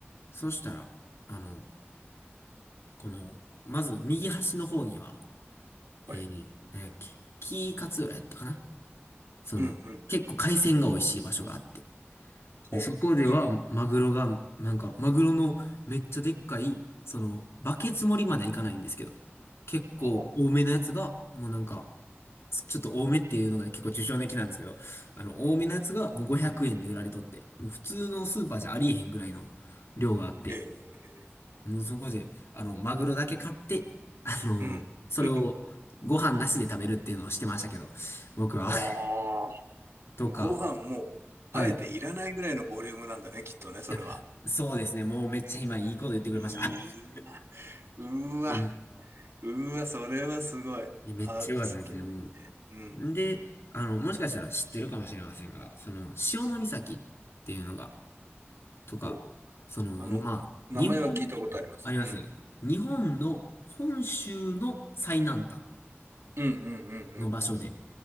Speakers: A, on the left; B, on the right.
A: そしたら、あの、この、まず、右端の方には、えー、
B: はい。
A: 何やっけ、紀伊勝浦やったかなその、
B: うんうん。
A: 結構海鮮が美味しい場所があって、で、
B: ほう。
A: そこでは、
B: いい。
A: マグロが、
B: うん
A: なんか、マグロのめっちゃでっかい、その、バケツ盛りまではいかないんですけど、結構多めのやつが、
B: は
A: もうなんか、ちょっと多めっていうのが結構抽象的なんですけど、あの、多めのやつがもう500円で売られとって、もう普通のスーパーじゃありえへんぐらいの量があって、
B: へえ。
A: もうそこで、あの、マグロだけ買って、あの、
B: うん。
A: それをご飯なしで食べるっていうのをしてましたけど、
B: <laughs>
A: 僕は。
B: ああ。
A: <laughs> とか、
B: ご飯も、あえていらないぐらいのボリュームなんだね、
A: はい。
B: きっとね、
A: <laughs>
B: それは。
A: や、そうですね。もうめっちゃ今いいこと言ってくれました。
B: いいな。
A: <laughs>
B: うーわ。
A: うん。
B: うーわ、それはすごい。
A: いや、めっちゃ良かったですね、
B: あ、それはいいね。
A: も
B: うん。
A: う。んで、あの、もしかしたら知ってるかもしれませんが、その、潮岬っていうのが、とか、
B: お、
A: その、
B: あの、
A: まあ、
B: 名前は聞いたことあります。
A: 日本、あります。
B: うん。
A: 日本の本州の最南端
B: うんうんうんうんうん。
A: の場所で。